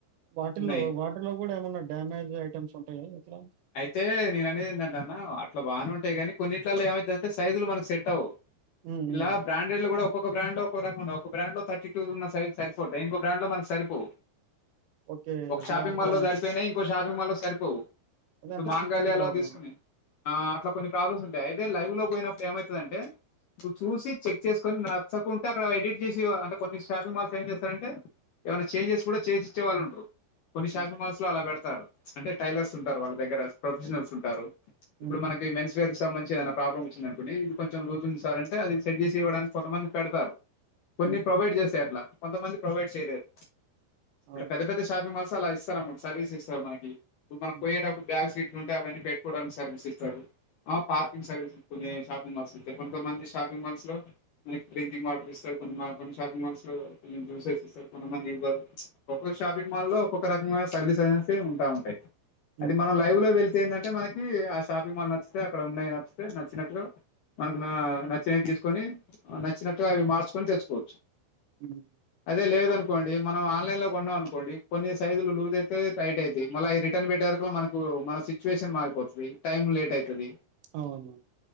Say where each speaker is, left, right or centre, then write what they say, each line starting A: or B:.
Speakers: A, on the right (about 80°); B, on the left (about 75°).
A: వాటిల్లో
B: ఉన్నాయి.
A: వాటిలో కూడా డడామేజ్ ఐటమ్స్ ఉంటాయి ఇట్లా
B: అయితే నేన అనేది ఏంట అన్న అట్లా బానే ఉంట అంటే కానీ కొన్నిట్లలో ఏమవు అందే సైజులునకు సెట్ అవు
A: హ్మ్. హ్మ్.
B: ఇలా బ్రాండెడ్ కూడా ఒక్కొక్క బ్రాండ్ ఒక రకం ఒక బ్రాండ్ లో థర్టీ టూ ఉన్న సైజ్ సరిపోతుంది ఇంకో బ్రాండ్ లో మనకు సరిపోవు
A: ఓకే.
B: ఒక
A: ఇగ
B: షాపింగ్
A: అట్లా
B: మాల్ లో సరిపోయినాయి కో షాపింగ్ మాల్ లో సరిపోవు
A: అదంటే
B: ఇప్పుడు మాంగాల్య
A: స్టిచ్చింగ్ ప్రాబ్లమ్.
B: లో తీసుకుని ఆ అట్లా కొన్ని ప్రాబ్లమ్స్ ఉంటాయి అదతే లైవ్ లో పోయినప్పుడు ఏమవుతదంటే నువ్వు చూసి చెక్ చేసుకుని నచ్చకుంటే అక్కడ ఎడిట్ చేసి అంటే కొన్ని షాపింగ్ మాల్స్ ఏం చేస్తారంటే ఏమైనా చేంజెస్ కూడా చేసి ఇచ్చేవాళ్ళు ఉంటారు కొన్ని
A: హ్మ్.
B: షాపింగ్ మాల్స్ లో అలా పెడత తారు అంటే టైలర్స్ ఉంటారు వాళ్ళకి దగ్గర ప్రొఫెషనల్స్ ఉంటారు
A: హ్మ్.
B: ఇప్పుడు మనకి మెన్స్వేర్ ఇక మంచి ఏదై ప్రాబ్లమొచ్చింది అనుకోండి ఇది కొంచం లోజ్ ఉంది సార్ అంటే అది సెట్ చేసి ఇవ్వడానికి కొంతమంది పెడతారు
A: హ్మ్.
B: కొన్ని ప్రొవైడ్ చేసాయి అట్లా కొంతమంది ప్రొవైడ్ చేయలేరు
A: అవును.
B: అ పెద్ద పెద్ద షాపింగ్ మాల్స్ అలా ఇస్తారమ అమ్మా సర్వీస్ ఇస్తారు మనకి ఇప్పుడు మనం
A: హ్మ్.
B: పోయేటప్పుడు బ్యాక్ సీట్లు ఉంటయి అవన్నీ పెట్టుకోవడానికి సర్వీస్ ఇస్తారు ఆ పార్కింగ్ సర్వీస్ ఉంటుంది కొన్ని షాపింగ్ మాల్స్ ఇస్తయి కొమంది షాపింగ్ మాల్స్ లో డ్రింకింగ్ వాటర్ ఇస్తారు కొన్ని షాపింగ్ మాల్స్ లో కొ జ్యూసెస్ ఇస్తారు కొంతమంది ఇవ్వరు ఒక్కొ షాపింగ్ మాల్ లో ఒక్కొక్క రకమైన సర్వీస్ అనే ఉంటా ఉంటాయి
A: హ్మ్.
B: అది మనం లైవ్ లో వెళ్తే ఏంద టే మనకి ఆ షాపింగ్ మాల్ నచ్చితే అక్కడ ఉన్నాయి నచ్చితే నచ్చినట్టు గా మనకు నచ్చినవి తీసుకొని నచ్చినట్టుగా అవి మార్చుకొని తెచ్చుకోవచ్చు
A: ఉమ్
B: టే లేదనుకోండి మనం ఆన్లైన్ లో కొన్నాం అనుకోండి కొన్ని సైుజులు లూజ్ అయితయి టైట్ అయితయి మళ్ళీ అవి రిటర్న్ పెట్టారు సో మనకు మన సిచ్యువేషన్ మారిపోతది టైం లేట్ అయితది
A: అవును